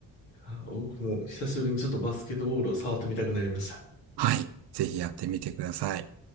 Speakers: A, on the left; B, on the right.
A: あ僕も久しぶりにちょっとバスケットボールを触ってみたくなりました。
B: はい。ぜひやってみてください。